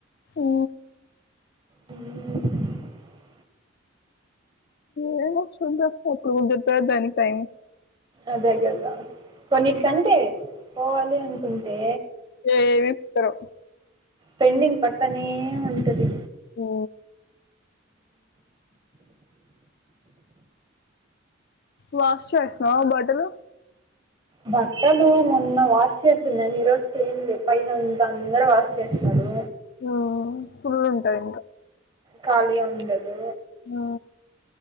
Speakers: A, on the left; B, on the right.
A: ఉ
B: ఉ
A: ఏ చూద్దాం దానికి ఎప్పుడు టైం కుదురుతదో
B: అదే కదా కొన్నిటికంటే పోవాలి అనుకుంటే
A: ఏమీ విప్పుతారో
B: పెండింగ్ పడతనే ఉంటది
A: ఉ వాష్ చేసావా బట్టలు
B: బట్టలు మొన్న వాష్ చేస్తున్నాను ఈరోజు చెయ్యట్లేదు పైనంత అందరు వాష్ చేస్తారు
A: ఉ ఫుల్లు ఉంటారు ఇంకా
B: ఖాళీగా ఉండదు
A: ఉ